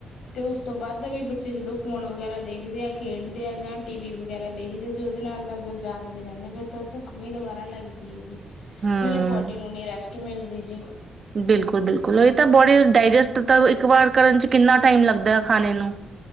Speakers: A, on the left; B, on the right.
A: ਤੇ ਉਸ ਤੋਂ ਬਾਅਦ ਦਾ ਵੀ ਬੱਚੇ ਜਦੋਂ ਫੋਨ ਵਗੈਰਾ ਦੇਖਦੇ ਆ ਖੇਡਦੇ ਆ ਜਾਂ ਟੀ ਵੀ ਵਗੈਰਾ ਦੇਖਦੇ ਜ ਉਹਦੇ ਨਾਲ ਤਾਂ ਜੋ ਜਾਗਦੇ। ਰਹਿੰਦੇ ਫੇਿਰ ਤਾਂ ਭੁੱਖ ਵੀ ਦੁਬਾਰਾ ਲੱਗਦੀ ਹੈ ਜੀ
B: ਹੂੰ
A: ਨਾਲੇ ਬੋਡੀ ਨੂੰ ਨੀ ਰੈਸਟ ਮਿਲਦੀ ਜੀ।
B: ਬਿਲਕੁਲ ਬਿਲਕੁਲ ਹੀ ਤਾਂ ਬੋਡੀ ਡਾਇਜਸਟ ਇੱਕ ਵਾਰ ਕਰਨ ਚ ਕਿੰਨਾ ਟਾਈਮ ਲੱਗਦਾ ਹੈ ਖਾਣੇ ਨੂੰ।